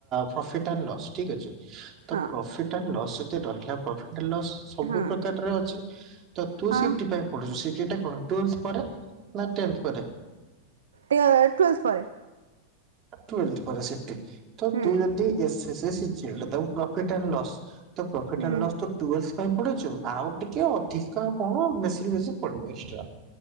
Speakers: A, on the right (about 30°); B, on the right (about 65°).
A: ପ୍ରଫିଟ୍ ଆଣ୍ଡ ଲସ୍ ଠିକ ଅଛି ତ
B: ହଁ
A: ପ୍ରଫିଟ୍ ଲସ୍ ଯତି ରହିଲା ପ୍ରଫିଟ ଲସ୍ ସବୁ
B: ହଁ।
A: ପ୍ରକାରରେ ଅଛି ତୁ
B: ହଁ
A: ସିଟି ପାଇଁ ପଢୁ୍ଛୁ ସିଟି ଟା କଣ। ଟୁଏଲ୍ଥ ପରେ ନା ଟେନ୍ଥ ପରେ?
B: ଟୁ ଟୁଏଲ୍ଥ ପରେ
A: ଟୁଏଲ୍ଥ ପରେ ସିଟି
B: ହୁଁ
A: ତୁ ଯଦି A C C C G L ଦବୁ ପ୍ରଫିଟ୍ ଆଣ୍ଡ ଲସ୍ ତ ପ୍ରଫିଟ୍
B: ହୁଁ।
A: ଆଣ୍ଡ ଲସ୍ ତ ଟୁଏଲ୍ଥ ପାଇଁ ପଢିଛୁ ଆଉ ଟିକେ ଅଧିକା କଣ ବେଶୀ ବେଶୀ ପଢିବୁ ଏକ୍ସଟ୍ରା।